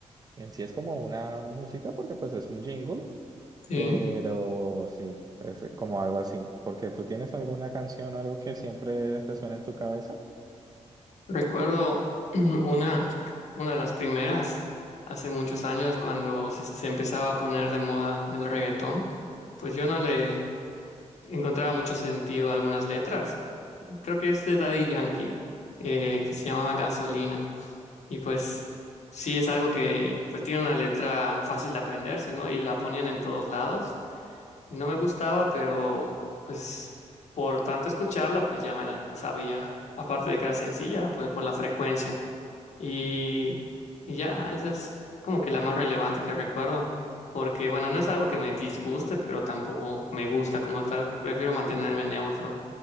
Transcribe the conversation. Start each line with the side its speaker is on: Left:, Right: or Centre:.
Right: en sí es como una música porque pues es un jingle
Left: sí,
Right: pero sí, es como algo así. Porque tú tienes alguna canción o algo que siempre te suena en tu cabeza.
Left: recuerdo <clears throat> una, una de las primeras hace muchos años cuando se, se empezaba a poner de moda el reggaetón, pues yo no le encontraba mucho sentido a algunas letras. Creo que es de Daddy Yankee, eh, que se llamaba Gasolina. Y pues sí es algo que pues tiene una letra fácil de aprenderse, ¿no? Y la ponían en todos lados. No me gustaba, pero pues por tanto escucharla, pues ya me la sabía. Aparte de que era sencilla, pues por la frecuencia. Y, y ya, esa es como que la más relevante que recuerdo. Porque bueno, no es algo que me disguste, pero tampoco me gusta como tal. Prefiero mantenerme neutro.